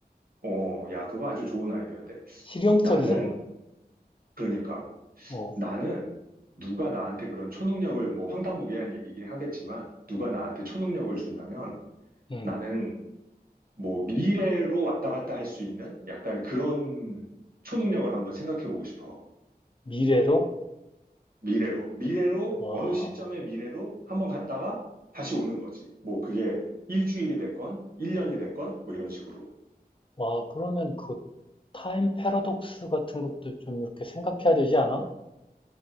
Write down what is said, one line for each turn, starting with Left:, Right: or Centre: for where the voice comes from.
Right: 어, 야, 그거 아주 좋은 아이디어인데?
Left: 실용적이잖아.
Right: 나는, 그러니까,
Left: 어,
Right: 나는 누가 나한테 그런 초능력을, 뭐 황당무계한 얘기긴 하겠지만, 누가 나한테 초능력을 준다면
Left: 음,
Right: 나는 뭐 미래로 왔다 갔다 할 수 있는 약간 그런 초능력을 한번 생각해 보고 싶어.
Left: 미래로?
Right: 미래로. 미래로,
Left: 와,
Right: 어느 시점의 미래로 한번 갔다가 다시 오는 거지. 뭐 그게 일주일이 됐건, 일년이 됐건, 뭐 이런 식으로.
Left: 와, 그러면 그 타임 패러독스 같은 것도 좀 이렇게 생각해야 되지 않아?